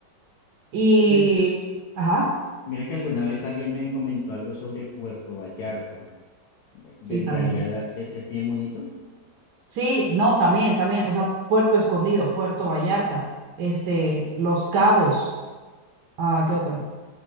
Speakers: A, on the right; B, on the left.
A: Y,
B: Mi-
A: ajá,
B: Mira que alguna vez alguien me comentó algo sobre Puerto Vallarta. De-
A: sí,
B: de- en
A: también.
B: realidad es, es- es bien bonito.
A: Sí, no, también, también, o sea, Puerto Escondido, Puerto Vallarta, este, Los Cabos, ah, ¿qué otra?